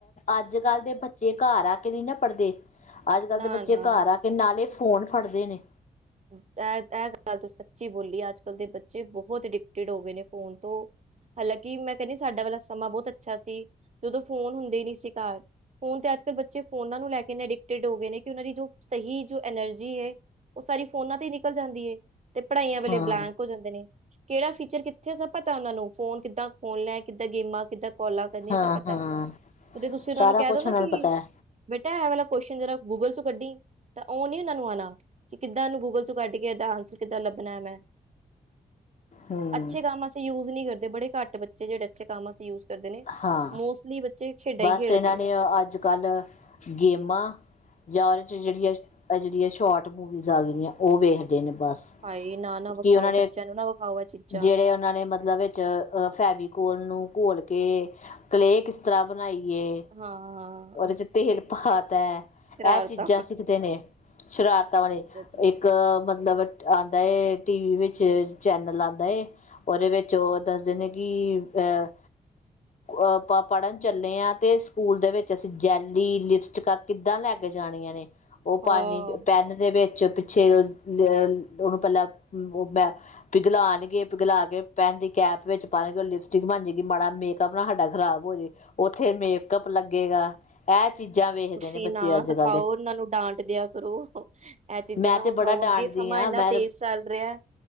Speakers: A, on the left (about 45°); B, on the right (about 40°).
A: ਅੱਜ ਕੱਲ ਦੇ ਬੱਚੇ ਬੱਚੇ ਘਰ ਆ ਕੇ ਨਹੀਂ ਨਾ ਪੜ੍ਹਦੇ, ਅੱਜ ਕੱਲ੍ਹ
B: ਨਾ
A: ਦੇ ਬੱਚੇ
B: ਨਾ
A: ਘਰ ਆ ਕੇ ਨਾਲੇ ਫੋਨ ਫੜਦੇ ਨੇ।
B: ਐਹ, ਐਹ ਗੱਲ ਸੱਚੀ ਬੋਲੀ, ਅੱਜ ਕੱਲ੍ਹ ਦੇ ਬੱਚੇ ਬਹੁਤ ਅਡਿਕਟਿਡ ਹੋ ਗਏ ਨੇ ਫੋਨ ਤੋਂ। ਹਾਲਾਂਕਿ, ਮੈਂ ਕਹਿੰਦੀ ਸਾਡਾ ਵਾਲਾ ਸਮਾਂ ਬਹੁਤ ਅੱਛਾ ਸੀ। ਜਦੋਂ ਫੋਨ ਹੁੰਦੇ ਹੀ ਨਹੀਂ ਸੀ ਘਰ। ਫੋਨ ਤੇ ਅੱਜ-ਕੱਲ ਬੱਚੇ ਫੋਨਾ ਨੂੰ ਲੈ ਕੇ ਅਡਿਕਟਡ ਹੋ ਗਏ ਨੇ ਕਿ ਉਹਨਾਂ ਦੀ ਜੋ ਸਹੀ ਜੋ ਐਨਰਜੀ ਐ- ਉਹ ਸਾਰੀ ਫੋਨਾਂ ਤੇ ਹੀ ਨਿਕਲ ਜਾਂਦੀ ਏ ਤੇ ਪੜ੍ਹਾਈਆਂ ਵੇਲੇ
A: ਹਾਂ
B: ਬਲੈਂਕ ਜਾਂਦੇ ਨੇ, ਕਿਹੜਾ ਫੀਚਰ ਕਿੱਥੇ ਸਭ ਪਤਾ, ਉਹਨਾ ਨੂੰ ਫੋਨ ਕਿੱਦਾਂ ਖੋਲਣੈ, ਕਿੱਦਾਂ ਗੇਮਾਂ, ਕਿੱਦਾਂ ਕੋਲਾਂ ਕਰਨ
A: ਹਾਂ
B: ਹ ਸ ਪਤਾ
A: ਹਾਂ
B: ਐ। ਕਤੇ ਤੁਸੀਂ ਉਹਨਾਂ
A: ਸਾਰਾ
B: ਨੂੰ ਕਹਿ
A: ਕੁਛ
B: ਦੋ ਨਾ
A: ਉਹਨਾਂ
B: ਕਿ
A: ਨੂੰ ਪਤਾ ਹੈ
B: ਬੇਟਾ, ਐ ਵਾਲਾ ਕੁਸ਼ਨ ਜਰਾ ਗੂਗਲ ਚੋਂ ਕੱਢੀ, ਤਾਂ ਉਹ ਨੀ ਉਹਨਾਂ ਨੂੰ ਆਉਣਾ। ਤੁਹਾਨੂੰ ਗੂਗਲ ਚੋਂ ਕੱਢ ਕੇ ਏਦਾਂ ਆਂਸਰ ਕਿੱਦਾਂ ਲੱਭਣਾ ਹੈ ਮੈਂ
A: ਹੂੰ
B: ਅੱਛੇ ਕੰਮ ਇਹ ਯੂਜ ਨਹੀਂ ਕਰਦੇ ਬੜੇ ਘੱਟ ਬੱਚੇ ਜਿਹੜੇ ਅੱਛੇ ਕੰਮ ਵਾਸਤੇ ਯੂਜ। ਕਰਦੇ ਨੇ
A: ਹਾਂ
B: ਮੋਸਟਲੀ ਬੱਚੇ ਖੇਡਾਂ
A: ਬਸ
B: ਹੀ ਖੇਡਦੇ
A: ਇਹਨਾਂ
B: ਇਹਦੇ
A: ਨੇ
B: ਵਿੱਚ।
A: ਅੱਜ ਕੱਲ੍ਹ। ਗੇਮਾਂ। ਯਾਰ 'ਚ ਜਿਹੜੀਆਂ ਇਹ ਜਿਹੜੀਆਂ ਸ਼ੋਰਟ ਮੂਵੀਜ਼ ਆ ਰਹੀਆਂ ਉਹ ਵੇਖਦੇ ਨੇ ਬਸ।
B: ਹਾਏ ਨਾ ਨਾ ਵਿਖਾਓ
A: ਕਿ ਉਹਨਾਂ ਨੇ
B: ਬੱਚਿਆਂ ਨੂੰ ਨਾ ਵਿਖਾਓ ਇਹ ਚੀਜ਼ਾਂ
A: ਜਿਹੜੇ ਉਹਨਾਂ ਨੇ ਮਤਲਬ ਵਿੱਚ। ਅ ਫੈਵੀਕੋਲ ਨੂੰ ਘੋਲ ਕੇ ਕਲੇਅ ਕਿਸ ਤਰ੍ਹਾਂ ਬਣਾਈਏ। ਉਹਦੇ
B: ਹਾਂ
A: 'ਚ ਤੇਲ ਪਾ ਤਾਂ
B: ਸ਼ਰਾਰਤਾਂ
A: ਇਹ ਚੀਜ਼ਾਂ ਸਿੱਖਦੇ ਨੇ। ਸ਼ਰਾਰਤਾਂ ਵਾਲੀ ਇਹ।
B: ਅੱਛਾ ਅੱਛਾ,
A: ਇੱਕ ਮਤਲਬ ਆਉਂਦਾ ਏ ਟੀਵੀ ਵਿੱਚ ਚੈਨਲ ਆਉਂਦਾ ਏ। ਉਹਦੇ ਵਿੱਚ ਉਹ ਦੱਸਦੇ ਨੇ ਕਿ ਅਹ ਅ ਪ ਪੜ੍ਹਨ ਚੱਲੇ ਹਾਂ, ਤੇ ਸਕੂਲ ਦੇ ਵਿੱਚ ਅਸੀਂ ਜੈਲੀ ਲਿਪਸਟਿਕ ਕਿੱਦਾਂ ਲੈ ਕੇ ਜਾਣੀਆਂ ਨੇ ਉਹ
B: ਹਾਂ
A: ਪਾਣੀ ਪੈਨ ਦੇ ਵਿੱਚ ਛੇ ਉਹਨੂੰ ਪਹਿਲਾਂ ਉਹ ਮੈਂ ਪਿਘਲਾਣਗੇ, ਪਿਘਲਾ ਕੇ ਪੈਨ ਦੀ ਕੈਪ ਵਿੱਚ ਪਾਲਣਗੇ। ਉਹ ਲਿਪਸਟਿਕ ਬਣ ਜੈਗੀ। ਮਾੜਾ ਮੇਕਅੱਪ ਨਾ ਸਾਡਾ ਖ਼ਰਾਬ ਹੋ ਜੇ। ਉੱਥੇ ਮੇਕਅੱਪ ਲੱਗੇਗਾ। ਇਹ ਚੀਜ਼ਾਂ ਵੇਖਦੇ
B: ਤੁਸੀਂ
A: ਨੇ ਬੱਚੇ
B: ਨਾ
A: ਅੱਜ
B: ਦਿਖਾਓ,
A: ਕੱਲ੍ਹ ਦੇ
B: ਉਹਨਾਂ ਨੂੰ ਡਾਂਟ ਦਿਆ ਕਰੋ। ਇਹ ਚੀਜ਼ਾਂ
A: ਮੈਂ
B: ਨਾ
A: ਤੇ
B: ਵਿਖਾਓ,
A: ਬੜਾ ਡਾਂਟਦੀ
B: ਅੱਗੇ ਸਮਾਂ
A: ਹਾਂ
B: ਇੰਨਾ
A: ਮੈਂ
B: ਤੇਜ਼ ਚੱਲ ਰਿਹਾ।